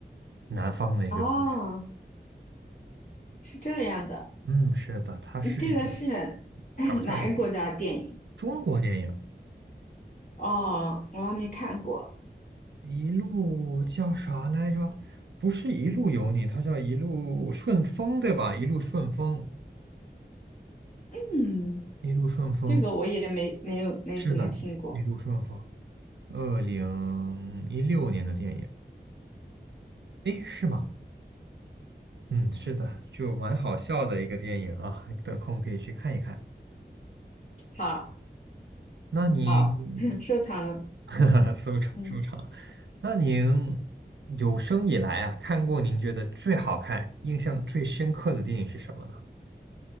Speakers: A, on the right; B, on the left.
A: 男方的一个故事。
B: 哦，是这样的，
A: 嗯，是的，它是一个
B: 嗯这个是 <laughs> <clears throat>
A: 搞笑电影，
B: 哪个国家的电影？
A: 中国电影。
B: 哦，我还没看过。
A: 一路叫啥来着？不是一路有你，它叫一路顺风，对吧？一路顺风，
B: 嗯，
A: 一路顺风，
B: 这个我也没没有没怎么听过。
A: 是的，一一路顺风。二零一六年的电影，诶，是吗？嗯，是的，就蛮好笑的一个电影啊，得空可以去看一看。
B: 好，
A: 那您
B: 好，<laughs> 收藏了。
A: <laughs>，收场收场，
B: 嗯
A: 那您有生以来啊，看过您觉得最好看、印象最深刻的电影是什么呢？